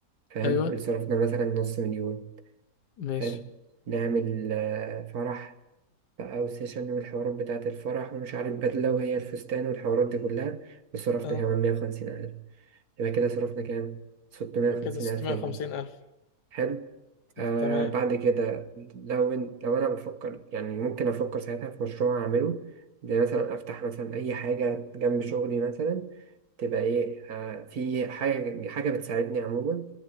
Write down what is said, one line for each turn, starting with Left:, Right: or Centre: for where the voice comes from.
Right: فاهم
Left: ايوه
Right: وصرفنا مثلا نص مليون
Left: ماشي
Right: حلو نعمل آه، فرح بقى وسيشن والحوارات بتاعة الفرح ومش عارف بدلة وهي الفستان والحوارات دي كلها وصرفنا
Left: اه
Right: كمان مية وخمسين ألف يبقى كده صرفنا كام؟ ستمية وخمسين
Left: كده 650
Right: ألف جنيه
Left: ألف
Right: حلو آه
Left: ده تمام
Right: بعد كده لو إن- لو انا بفكر يعني ممكن افكر ساعتها في مشروع اعمله زي مثلا افتح مثلا اي حاجه جنب شغلي مثلا تبقى ايه آه في حاجه حاجه بتساعدني عموما